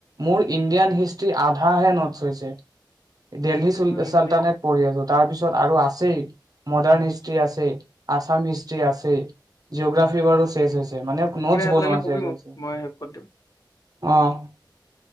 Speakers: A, on the right (about 50°); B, on the left (about 50°).
A: মোৰ ইণ্ডিয়ান হিষ্ট্ৰি আধ হা হে নট্‌চ হৈছে। দেল্হী চুল
B: মোৰ ইনদে
A: চালটানেট পঢ়ি আছো। তাৰ পিছত আৰু আছেই মডাৰ্ণ হিষ্ট্ৰীি আছেই আছাম হিষ্ট্ৰ্ৰী আছে। জিঅ'গ্ৰাফি বাৰো শেষ হৈছে মানে নোটছ
B: কিবা হেল্প
A: বনোৱা
B: লাগিলে কবি
A: চেচ
B: মোক,
A: হৈছে
B: মই হেল্প কৰি দিম।
A: অ'।